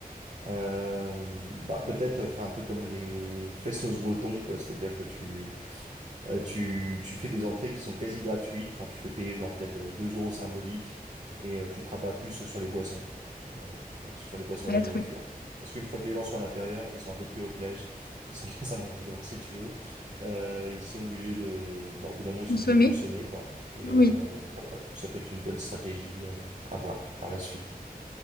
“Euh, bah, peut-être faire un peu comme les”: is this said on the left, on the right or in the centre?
Right